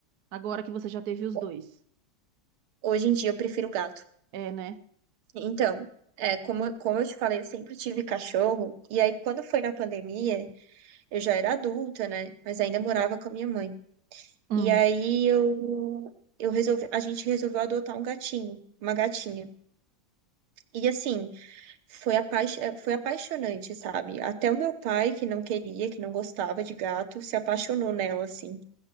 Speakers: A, on the right (about 55°); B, on the right (about 80°).
A: Agora que você já teve os
B: Ho-
A: dois.
B: Hoje em dia eu prefiro gato.
A: É, né?
B: Então, é, como, como eu te falei, eu sempre tive cachorro, e aí quando foi na pandemia, eu já era adulta, né? Mas ainda morava com a minha mãe.
A: Hum,
B: E aí eu, eu resolvi, a gente resolveu adotar um gatinho, uma gatinha. E assim, foi, apaix, eh, foi apaixonante, sabe? Até o meu pai, que não queria, que não gostava de gato, se apaixonou nela, assim.